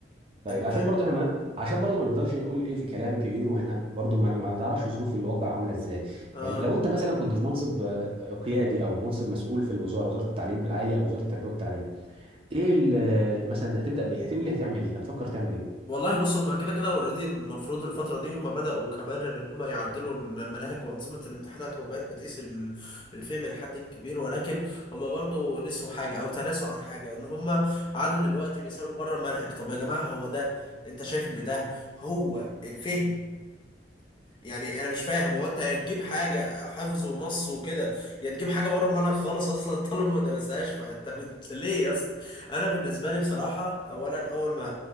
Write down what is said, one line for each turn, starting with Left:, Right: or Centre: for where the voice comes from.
Right: طيب
Left: انت
Right: عشان
Left: فاهم
Right: برضو احنا ما عشان برضو ما نفضلش نقول ايه في كلام كبير واحنا برضو ما ما نتعرفش ظروف الواقع عامله ازاي
Left: الفكرة؟
Right: يعني لو انت مثلا كنت في منصب آه، قيادي او منصب مسؤول في الوزاره وزاره التعليم العالي او وزاره التربيه والتعليم ايه ال- مثلا هتبدا بايه هتقول لي هتعمل ايه هتفكر تعمل ايه
Left: والله بص هم كده كده اوريدي المفروض الفترة دي هم بدأوا كمان ان هم يعدلوا المناهج وأنظمة الامتحانات وبقت بتقيس ال- الفهم لحد كبير ولكن هم برضو نسوا حاجة او تناسوا عن حاجة ان هم قعدوا دلوقتي بيسألوا بره المنهج طب يا جماعة هو ده انت شايف ان ده هو الفهم يعني انا مش فاهم هو انت هتجيب حاجه حفظ ونص وكده يا تجيب حاجه بره المنهج خالص اصلا <laughs> الطالب ما درسهاش فانت بت- <laughs> ليه يا اسطى انا بالنسبه لي بصراحه اولا اول ما